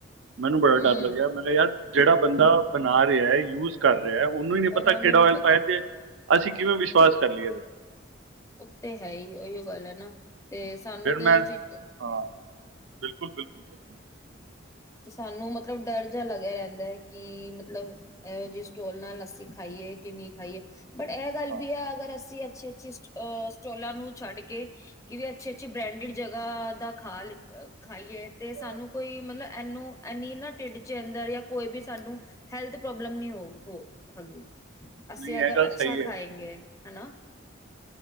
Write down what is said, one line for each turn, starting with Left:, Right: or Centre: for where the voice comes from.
Right: ਮੈਨੂੰ ਬੜਾ
Left: ਹੂੰ
Right: ਡਰ ਲੱਗਿਆ ਮੇਕਾ‌ ਯਾਰ ਜਿਹੜਾ ਬੰਦਾ ਬਣਾ ਰਿਹਾ ਯੂਜ ਕਰ ਰਿਹਾ ਉਹਨੂੰ ਹੀ ਨੀ
Left: ਉਹਨਾਂ
Right: ਪਤਾ ਕਿਹੜਾ
Left: ਨੂੰ ਨੀ
Right: ਓਇਲ
Left: ਪਤਾ
Right: ਪਾਇਆ ਤੇ ਅਸੀਂ ਕਿਵੇਂ ਵਿਸ਼ਵਾਸ ਕਰ ਲਈਏ ਇਹਦੇ
Left: ਉਹ ਤੇ ਹੈ ਹੀ ਉਹੀ ਗੱਲ ਹੈ ਨਾ ਤੇ ਸਾਨੂੰ
Right: ਫਿਰ
Left: ਤੇ
Right: ਮੈਂ
Left: ਚੀਜ਼
Right: ਹਾਂ ਬਿਲਕੁਲ ਬਿਲਕੁਲ ਬਿਲਕੁਲ
Left: ਤੇ ਸਾਨੂੰ ਮਤਲਬ ਡਰ ਜਿਹਾ ਲੱਗਿਆ ਰਹਿੰਦਾ ਹੈ ਕਿ ਮਤਲਬ ਇਹੋ ਜਿਹੇ ਸਟੋਲ ਨਾਲ ਅਸੀ ਖਾਈਏ ਕਿ ਨਹੀਂ ਖਾਈਏ ਬਟ ਇਹ ਗੱਲ
Right: ਹਾਂ
Left: ਵੀ ਹੈ ਅਗਰ ਅਸੀਂ ਅੱਛੀ ਅੱਛੀ ਸਟੋਲਾਂ ਨੂੰ ਛੱਡ ਕੇ ਕਿ ਵੀ ਅੱਛੀ ਅੱਛੀ ਬ੍ਰਾਂਡਡ ਜਗ੍ਹਾ ਦਾ ਖਾ ਖਾਈਏ ਤੇ
Right: ਹਾਂ।
Left: ਸਾਨੂੰ ਕੋਈ ਮਤਲਬ ਇਹਨੂੰ ਐਨੀ ਨਾ ਟਢਿੱਡ ਚ ਅੰਦਰ ਜਾਂ ਕੋਈ ਵੀ ਸਾਨੂੰ ਹੈਲਥ ਪ੍ਰੋਬਲਮ ਨ ਹੋ ਹੋ ਹੈ ਅਸੀਂ
Right: ਨਹੀਂ
Left: ਅਗਰ
Right: ਇਹ ਗੱਲ
Left: ਅੱਛਾ
Right: ਸਹੀ ਹੈ
Left: ਖਾਏਂਗੇ, ਹੈਨਾ